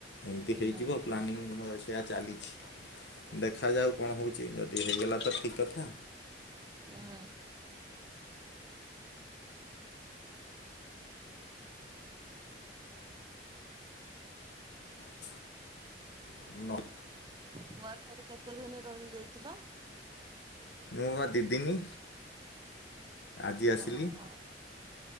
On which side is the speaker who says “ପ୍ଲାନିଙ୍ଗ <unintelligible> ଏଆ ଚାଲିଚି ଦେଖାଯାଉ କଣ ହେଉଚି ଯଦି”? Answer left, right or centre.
Left